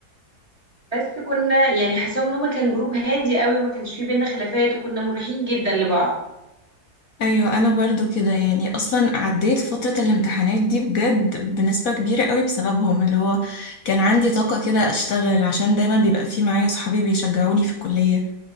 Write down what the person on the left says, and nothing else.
ايوه انا برضو كده يعني اصلا عديت فترة الامتحانات دي بجد بنسبة كبيرة قوي بسببهم اللي هو كان عندي طاقة كده اشتغل عشان دايما بيبقى في معايا صحابي بيشجعوني في الكلية